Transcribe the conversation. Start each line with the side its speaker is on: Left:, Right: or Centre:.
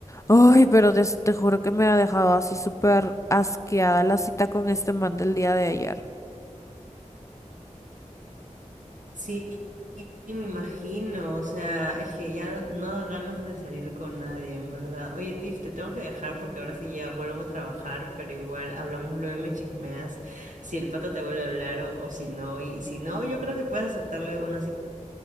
Left: Ay, pero des- te juro que me ha dejado así súper asqueada la cita con este man del día de ayer.
Right: Sí, me imagino, o sea, es que ya no da ganas de salir con nadie, en verdad. Oye, Tiff, te tengo que dejar porque ahora sí ya vuelvo a trabajar, pero igual hablamos luego y me chismeas si el pato te vuelve a hablar o, o si no. Y si no, yo creo que puedes aceptarle una cita.